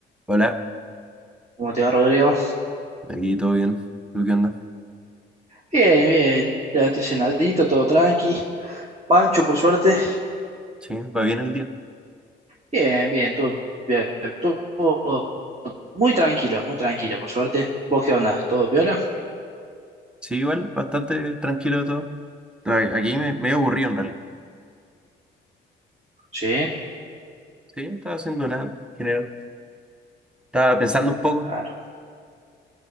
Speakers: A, in the centre; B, on the right (about 30°).
A: Hola,
B: ¿Cómo te va, Rodrigo?
A: aquí todo bien. ¿Tú qué onda?
B: Bien, bien. Ya estoy cenadito, todo tranqui. Pancho, por suerte.
A: Sí, va bien el día.
B: Bien, bien. Todo, bien, todo muy tranquilo, muy tranquilo, por suerte. ¿Vos qué onda? ¿Todo piola?
A: Sí, igual, bastante tranquilo todo. A- Aquí me, medio aburrido en realidad.
B: Sí,
A: Sí, no estaba haciendo nada en general. Estaba pensando un poco.
B: claro.